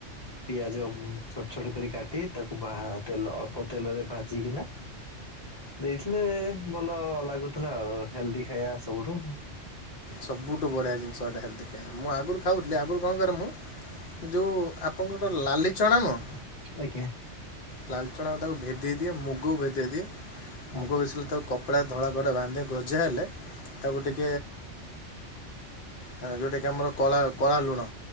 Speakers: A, on the left; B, on the left.
A: ପିଆଜ ଛୋଟ ଛୋଟ କରି କାଟି ତାକୁ ବା ତେଲ ପ ତେଲରେ ଭାଜିକିନା ଦେଇଥିଲେ ଭଲ ଲାଗୁଥିଲା ଆଉ ହେଲ୍ଦି ଖାଇବା ସବୁଠୁ
B: ସବୁଠୁ ବଢ଼ିଆ ଜିନିଷ ଏଇଟା ହେଲ୍ଦି ଖାଇବା ମୁଁ ଆଗରୁ ଖାଉଥିଲି ଆଗରୁ କଣ କରେ ମୁଁ ଯୋଉ ଆପଣଙ୍କର ଲାଲିଚଣା ନୁହଁ?
A: ଆଜ୍ଞା।
B: ଲାଲଚଣା ଅଦାକୁ ଭେଦେଇ ଦିଏ ମୁଗକୁ ଭେଦେଇ ଦିଏ
A: ହଁ
B: ମୁଗ ମିଶିଲେ ତାକୁ କପଡ଼ା ଧଳା କପଡା ବାନ୍ଧି ଗଜା ହେଲେ ତାକୁ ଟିକେ ଟା ଯୋଉଟା କି ଆମର କଳା କଳା ଲୁଣ।